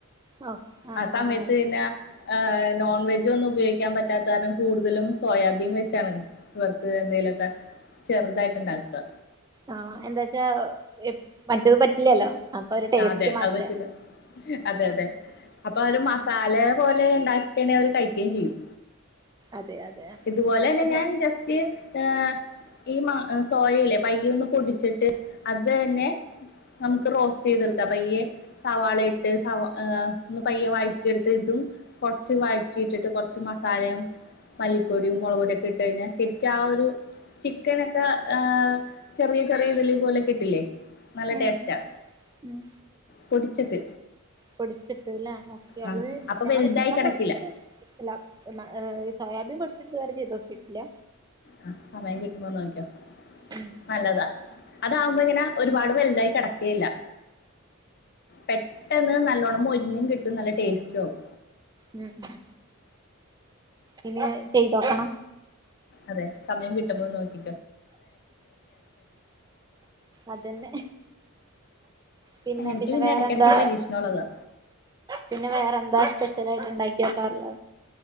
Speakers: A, on the right; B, on the left.
A: ഓ ആ
B: അസമത്ത്
A: ആ ശരി.
B: ഇന്ന ആഹ് നോൺ വെജ് ഒന്നും ഉപയോഗിക്കാൻ പറ്റാത്ത കാരണം കൂടുതലും സോയാബീൻ വെച്ചാണ് ഇവർക്ക് എന്തെലുമൊക്കെ ചെറുതായിട്ട് ഉണ്ടാക്കുക
A: ആ എന്താച്ചാ മറ്റത് പറ്റില്ലല്ലോ അപ്പൊ ഒരു ടേസ്റ്റ്
B: അതെ
A: മാറ്റ
B: അത് പറ്റില്ല അതെ അതെ അപ്പൊ അവര് മസാല പോലെ ഉണ്ടാക്കിണ അവര് കഴിക്കുകയും ചെയ്യും
A: അതെ അതെ
B: ഇതുപോലെ തന്നെ
A: ബ-
B: ഞാൻ
A: ന-
B: ജസ്റ്റ് ഏഹ് ഈ മ സോയല്ലേ പയ്യ ഒന്ന് പൊടിച്ചിട്ട് അത് തന്നെ നമുക്ക് റോസ്റ്റ് ചെയ്തെടുക്കാം പയ്യെ സവാളയിട്ട് സവാ ഏ ഒന്ന് പയ്യെ വഴറ്റിയെടുത്ത് ഇതും കൊറച്ച് വഴറ്റിയിട്ടിട്ട് കുറച്ച് മസാലയും മല്ലിപ്പൊടിയും മുളക് പൊടിയൊക്കെ ഇട്ട് കഴിഞ്ഞാൽ ശരിക്കും ആ ഒരു ചിക്കനൊക്കെ ആ ചെറിയ ചെറിയ ഇതില് പോലെ കിട്ടില്ലേ നല്ല
A: ഉം
B: ടേസ്റ്റാ
A: ഉം
B: പൊടിച്ചിട്ട്
A: പൊടിച്ചിട്ട്ല്ലേ ഓക്കെ
B: ആഹ്
A: അത്
B: അപ്പൊ
A: ഞങ്ങള്
B: വലുതായി
A: ചിക്കൻ
B: കിടക്കില്ല
A: പൊടിച്ചിട്ട് അല്ല ഈ സോയാബൻ പൊ ഇതുവരെ ചെയ്തോക്കിയിട്ടില്ല
B: ആ സമയം കിട്ടുമ്പോ നോക്കിയോ
A: ഉം
B: നല്ലതാ അതാവുമ്പോ ഇങ്ങനെ ഒരുപാട് വലുതായി കിടക്കേല്ല പെട്ടെന്ന് നല്ലോണം മൊരിഞ്ഞും കിട്ടും നല്ല ടെസ്റ്റും ആവും
A: ഉം ഇനി ചെയ്തോക്കണം
B: അതെ സമയം കിട്ടുമോന്ന് നോക്കി
A: അതന്നെ പിന്നെ
B: എനിക്ക്
A: പിന്നെ വേറെന്താ
B: ഇടയ്ക്കിടയ്ക്ക് പരീക്ഷണമുള്ളതാ
A: പിന്നെ വേറെന്താ സ്പെഷ്യൽ ആയിട്ട് ഉണ്ടാക്കിയോ പറല